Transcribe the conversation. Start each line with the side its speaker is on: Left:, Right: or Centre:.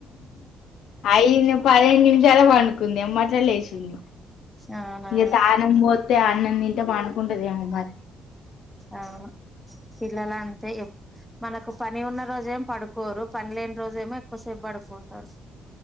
Left: అయిదు పదిహేను నిమిషాల పండుకుంది ఎమ్మట్లే లేచింది
Centre: అవునా
Left: ఇగ తానంపోతే అన్నం తింటే పడుకుంటది ఏమో మరి
Centre: అవును పిల్లల అంతే ఇగ మనకు పని ఉన్న రోజ ఏమ పడుకోరు పని లేని రోజ ఏమో ఎక్కువసేపు పడుకుంటాడు